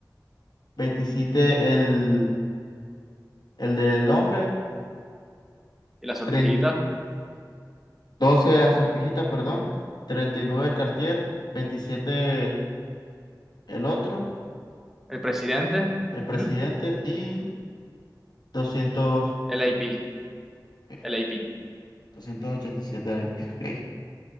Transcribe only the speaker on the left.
27 el, el del hombre,
30 12 la sortijita, perdón, 39 el Cartier, 27 el otro,
el presidente
y 200
ok,
287 el IP, ok.